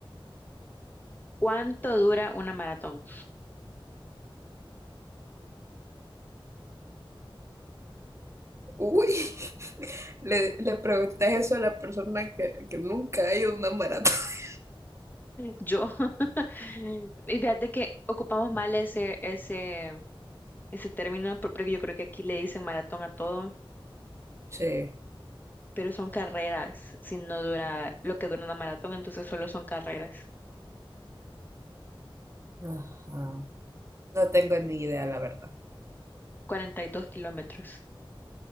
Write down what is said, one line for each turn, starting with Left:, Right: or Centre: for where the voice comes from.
Left: ¿Cuánto dura una maratón?
Right: Uy, <laughs> le, le preguntas eso a la persona que, que nunca ha ido a una maratón. <laughs>
Left: Yo, <laughs> y fíjate que ocupamos mal ese, ese, ese término, por- porque yo creo que aquí le dicen maratón a todo,
Right: Sí.
Left: pero son carreras, si no dura lo que dura una maratón, entonces solo son carreras.
Right: Ajá. No tengo ni idea, la verdad.
Left: Cuarenta y dos kilómetros,